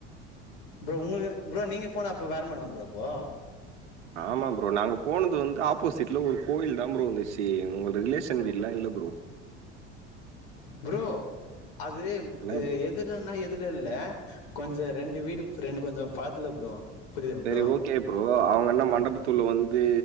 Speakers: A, on the left (about 70°); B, on the right (about 80°).
A: ப்ரோ உங்குளுக்கு ப்ரோ நீங்க போன அப்போ வேற மாறி இருக்கா ப்ரோ அப்போ
B: ஆமா ப்ரோ நாங்க போனத் வந்து ஆப்போசிட்ல ஒரு கோவில் தா ப்ரோ வந்திச்சு உங்க ரிலேஷன் வீட்லா இல்ல ப்ரோ
A: ப்ரோ அது எ
B: என்ன ப்ரோ?
A: எத் இதுலன்னா எதுல இல்ல கொஞ்ச ரெண்டு வீடு ரெண்டு கொஞ்ச பாத்துல ப்ரோ புரியுதா
B: சரி
A: ப்ரோ
B: ஓகே ப்ரோ அவுங்க என்ன மண்டபத்துல வந்து